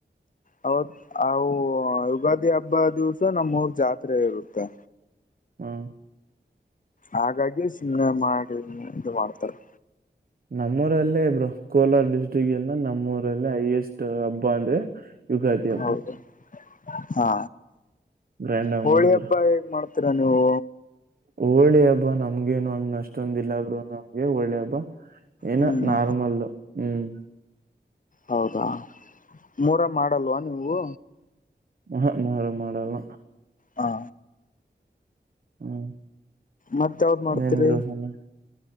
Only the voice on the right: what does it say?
ಹ್ಮ್
ನಮ್ಮೂರಲ್ಲೇ ಬ ಕೋಲಾರ ಡಿಸ್ಟ್ರಿಕ್ ಎಲ್ಲ ನಮ್ಮೂರಲ್ಲಿ ಹೈಯೆಸ್ಟ್ ಹಬ್ಬ ಅಂದ್ರೆ ಯುಗತಿ ಅಬ
ಗ್ರ್ಯಾಂಡ್ ಆಗಿ
ಮಾಡಿದೀರ
ಹೋಳಿ ಹಬ್ಬ ನಮ್ಗೇನು ಅಂದ ಅಷ್ಟೊಂದ ಇಲ್ಲಾಬ್ರು ನಮ್ಗೆ ಹೋಳೆ ಹಬ್ಬ ಏನ
ನಾರ್ಮಲ್ ಹ್ಮ್
ಹ ಮಾಡ ಮಾಡಲ್ಲ
ಹ್ಮ್
ನನ್ ಬ